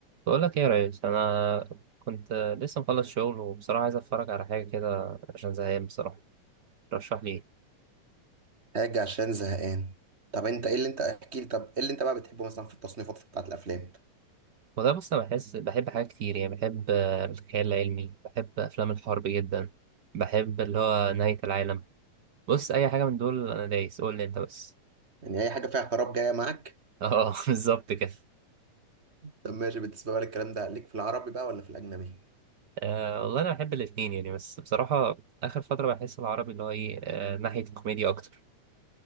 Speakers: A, on the right; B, on the right.
A: بقول لك ايه يا ريس انا كنت لسه مخلص شغل وبصراحه عايز اتفرج على حاجه كده عشان زهقان بصراحه رشح لي ايه
B: حاجة عشان زهقان طب انت ايه اللي انت احكي لي طب ايه اللي انت بقى بتحبه مثلا في التصنيفات بتاعت الافلام
A: وده بص انا بحس بحب حاجات كتير يعني بحب آه، الخيال العلمي بحب افلام الحرب جدا بحب اللي هو نهايه العالم بص اي حاجه من دول انا دايس قول لي انت بس
B: يعني اي حاجة فيها خراب جاية معاك
A: اه <laughs> بالظبط كده
B: طب ماشي بالنسبة بقى للكلام ده ليك في العربي بقى ولا في الاجنبي
A: أه والله انا بحب الاتنين يعني بس بصراحه اخر فتره بحس العربي اللي هو ايه أه ناحيه الكوميديا اكتر